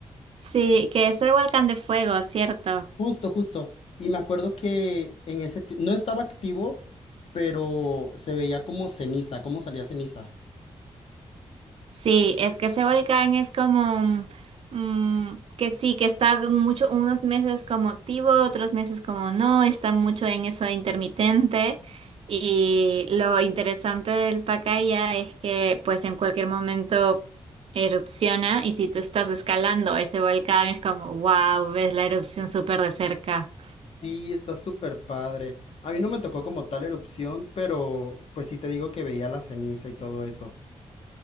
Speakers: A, on the right; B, on the left.
A: Sí, que es el volcán de fuego, ¿cierto?
B: Justo, justo. Y me acuerdo que en ese, ti- no estaba activo, pero se veía como ceniza, como salía ceniza.
A: Sí, es que ese volcán es como mm, mm, que sí, que está mucho, unos meses como activo, otros meses como no, está mucho en eso de intermitente. Y lo interesante del Pacaya es que pues en cualquier momento erupciona y si tú estás escalando ese volcán es como wow, ves la erupción súper de cerca.
B: Sí, está súper padre. A mí no me tocó como tal erupción, pero pues sí te digo que veía la ceniza y todo eso.